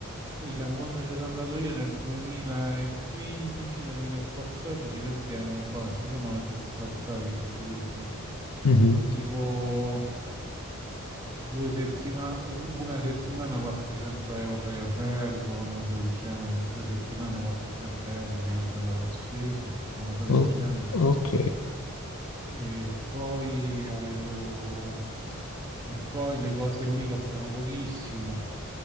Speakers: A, on the right; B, on the left.
A: E diciamo, quando ci sono andato io nel 2015-2014 i prezzi erano bassi, poi mi hanno detto che si sono alzati col turismo.
B: Mhm.
A: Tipo due settimane, una settimana 400 euro di albergo, una cosa del genere, due settimane 400 euro, mi ricordo che avevo speso, una cosa del
B: O-
A: genere.
B: ok.
A: E poi avevo... E poi le cose lì costano pochissimo,